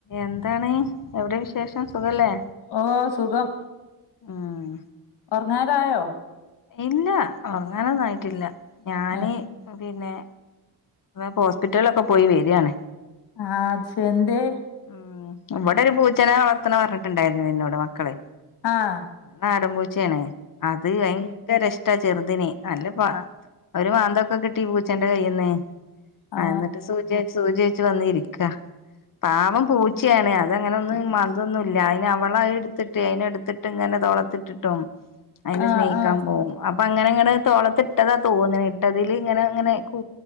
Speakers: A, on the left; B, on the left.
A: എന്താണ് എവ്ടെ വിശേഷം സുഖല്ലേ
B: ഓഹ് സുഖം
A: ആഹ്.
B: ഓറങ്ങാറായോ?
A: ഇല്ല ഉറങ്ങാനൊന്നായിട്ടില്ല ഞാന്
B: ഏ,
A: പിന്നെ ഹോസ്പിറ്റലിലൊക്കെ പോയി വരാണ്.
B: ആഹ് അതുശെരി എന്തേ?
A: ഉം ഇവിടെ ഒരു പൂച്ചനേ വളർത്തണ പറഞ്ഞിട്ടുണ്ടായിരുല്ലേ ഇനോട് മക്കള്
B: ആഹ്.
A: നാടൻ പൂച്ചയണേ അത് അയി രഷ്ട ചെറുതിന് അല്ല ഒരു മാന്തൊക്കെ കിട്ടി പൂച്ചന്റെ കൈയ്യിന്ന്.
B: ആ
A: എന്നിട്ട് സൂചിച്ച് സൂചിച്ചു വന്നിരിക്ക പാവം പൂ ഉച്ചയാണ് അത അങ്ങനെന്നും മതൊന്നുമല്ല അതിന് അവള എടുത്തിട്ട് അതിനെ എടുത്തിട്ട് ഇങ്ങനെ തോളത്തിട്ടിട്ടും അയിനെ
B: ആ
A: സ്നേഹിക്കാൻ
B: ആ
A: പോവും അപ് അപ്പൊ അങ്ങനെ ഇങ്ങനെ തോളത്തി ഇട്ടതാ തോന്നണു ഇട്ടതിൽ ഇങ്ങനെ ഇങ്ങനെകൂ